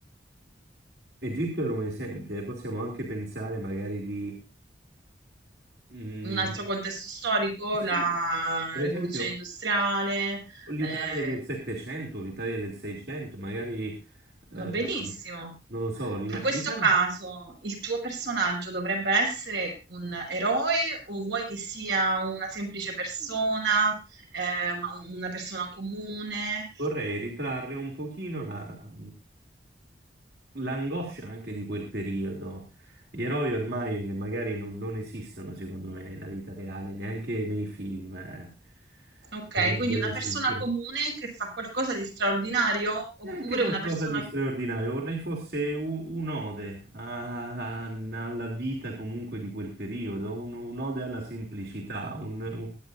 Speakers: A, on the right; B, on the right.
A: Egitto era un esempio, e possiamo anche pensare magari di... Mm,
B: un altro contesto storico,
A: sì,
B: la
A: per
B: rivoluzione
A: esempio...
B: industriale,
A: L'Italia
B: eh,
A: del Settecento, l'Italia del Seicento, magari, eh,
B: va benissimo.
A: non lo so, l'Ila-
B: In questo
A: l'Italia.
B: caso il tuo personaggio dovrebbe essere un eroe o vuoi che sia una semplice persona, eh, ma una persona comune?
A: Vorrei ritrarre un pochino la, l'angoscia anche di quel periodo. Gli eroi ormai magari non, non esistono, secondo me, nella vita reale, neanche nei film, eh,
B: Ok,
A: dovrebbero
B: quindi una
A: esistere.
B: persona comune che fa qualcosa di straordinario oppure
A: Neanche qualcosa
B: una persona...
A: di straordinario, vorrei fosse u- un'ode a- a- alla vita comunque di quel periodo, un- un'ode alla semplicità, un, un-